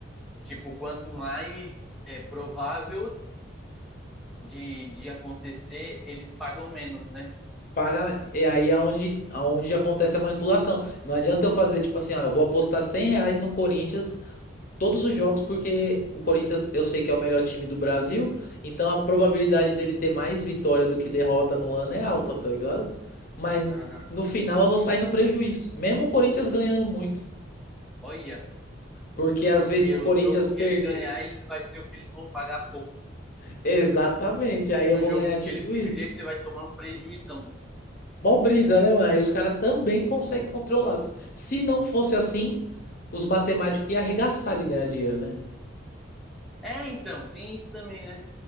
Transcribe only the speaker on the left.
Paga, e aí é onde, aonde acontece a manipulação. Não adianta eu fazer tipo assim, ó, eu vou apostar 100 reais no Corinthians todos os jogos, porque o Corinthians eu sei que é o melhor time do Brasil, então a probabilidade dele ter mais vitória do que derrota no ano é alta, tá ligado? Mas
no final eu vou sair no prejuízo, mesmo o Corinthians ganhando muito,
porque às
vezes que o
Corinthians
perder,
<laughs> exatamente, aí
eu
vou
ganhar tipo
isso.
Mó brisa, né, mano? Aí os caras também conseguem controlar. Se não fosse assim, os matemáticos iam arregaçar de ganhar dinheiro, né?